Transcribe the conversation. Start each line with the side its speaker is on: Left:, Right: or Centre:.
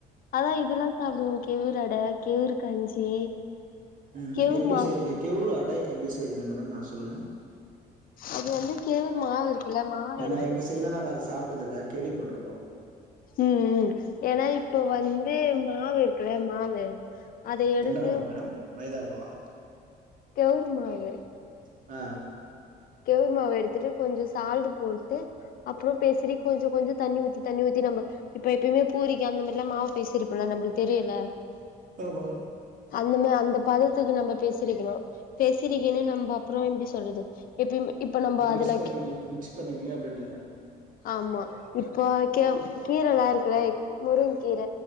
Left: அதா இதெல்லா சாப்டுவோ கேவரு ஆட கேவுரு கஞ்சி
Right: ம்
Left: கெவுரு
Right: எப்டி
Left: மாவு
Right: செய்றீங்க கேவுறு ஆட எப்டி செய்றீங்க மேடம் அத சொல்லுங்க
Left: அது வந்து கெவுரு மாவு இருக்குல்ல மாவ
Right: ஏன்னா
Left: எடுத்துட்டு
Right: எங்க சைடுல நாங்க அது சாப்ட்டதுல்ல கேள்விப்பட்ருக்கோ
Left: ம் ம் ஏன்னா இப்ப வந்து மாவு இருக்குல மாவு அத எடுத்து
Right: என்ன மாவு மேடம் மைதா மாவா
Left: கேவுரு மாவு
Right: ஆ
Left: கெவுரு மாவு எடுத்துட்டு கொஞ்சோ சால்ட் போட்டு அப்றோ பெசறி கொஞ்ச கொஞ்ச தண்ணி ஊத்தி தண்ணி ஊத்தி நம்ம இப்போ எப்யுமே பூரிக்கு அந்த மாரில்லா மாவு பெசரிருப்போம்ல நம்மளுக்கு தெரியுமில்ல
Right: ஆமா
Left: அந்தமா அந்த பதத்துக்கு நம்ம பெசிரிக்கணு பெசிரி கினு நம்ம அப்றோ எப்டி சொல்றது எப்பயுமே இப்ப நம்ம
Right: மிக்ஸ்
Left: அதுல
Right: பண்ணி மிக்ஸ் பண்றீங்களா அப்படிங்கிறீங்க
Left: ஆமா இப்போ கீ கீரலா இருக்கு இல்ல முருங்க்கீர